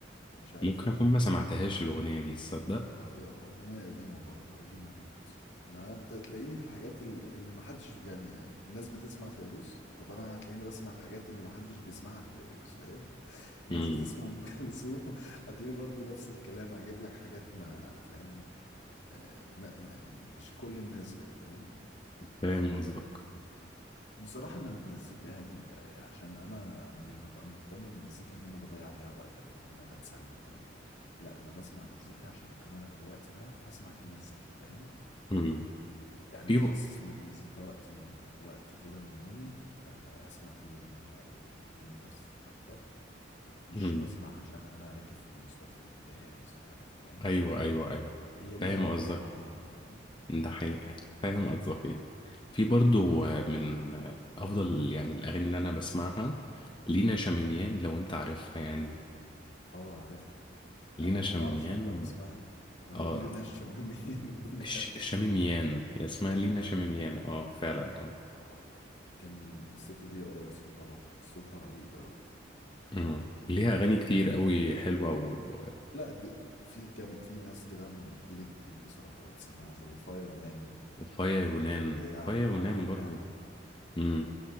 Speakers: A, on the left; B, on the left.
A: مش عارف
B: ممكن
A: انا
B: أكون
A: ما
B: ما سمعتهاش
A: ما-
B: الأغنية دي تصدق
A: اه هي اغنيه قديمه برضو قديمه لام كلثوم انا انت تلاقيني في الحاجات ال- اللي ما حدش يعني الناس بتسمع فيروز طب انا هتلاقيني بسمع الحاجات اللي ما حدش بيسمعها لفيروز فاهم <laughs> الناس
B: مم.
A: بتسمع ام كلثوم <laughs> هتلاقيني برضو نفس الكلام هجيب لك حاجات ما فاهم آه لا يعني مش كل الناس فاهم
B: فاهم قصدك
A: بصراحة أنا المزيكا يعني ب- عشان أنا أنا مش ببقى مهتم بالمزيكا إن أنا بضيع بيها وقت أو إن أنا بتسلى فاهم لا أنا بسمع مزيكا عشان أنا الوقت ده هسمع فيه مزيكا فاهم
B: مم.
A: يعني
B: في
A: بخصص
B: ب...
A: للمزيكا وقت من وقت كده من يومي آه، أسمع فيه أغنية أو أغنيتين بس حتى مش
B: مم.
A: بسمع عشان أنا راكب في المواصلات فمتضايق أو زهقان فاهم
B: أيوه أيوه أيوه
A: هي ليها
B: فاهم
A: وقت
B: قصدك
A: معين فاهم
B: ده حقيقة فاهم قصدك إيه في برضو
A: مم.
B: آه، من آه، أفضل يعني الأغاني اللي أنا بسمعها لينا شميميان لو أنت عارفها يعني
A: اه عارفها
B: لينا
A: انا ما
B: شميميان
A: بعرفش انطق اسمها انا
B: آه
A: بقول لنا الشمامين <laughs>
B: ش... شميميان هي اسمها لينا
A: شمامين
B: شميميان آه فعلا آه
A: اه كان الست دي اه صوتها رهيب صوتها رهيب قوي
B: مم. ليها أغاني كتير
A: طب
B: قوي حلوة و...
A: لا د... في كم في ناس كده من الجيل الجديد بصراحة يتسمعوا زي فايا ونان
B: وفايا يونان
A: زي ع-
B: فايا يونان
A: عبير
B: برضو
A: نعمة
B: امم